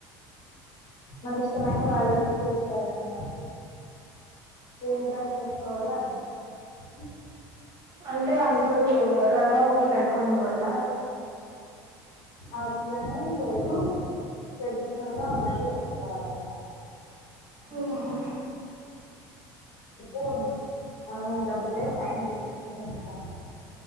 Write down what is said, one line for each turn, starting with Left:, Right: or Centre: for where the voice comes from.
Left: మనిష్టమైన వాళ్ళు వచ్చి చూస్తారంట ఏం డ్రెస్ వేసుకోవలో అర్థం కావట్లే
Right: అంటే అందరు లంగా ఓని కట్కొని పోవల
Left: అట్లా అని ఏం లేదు ట్రేడిషనల్ ఉన్నయి వేసుకోవాలంట
Right: ఓహో
Left: ఓ ఆయన దగ్గరే సైన్స్ చేపించుకొని వచ్చాం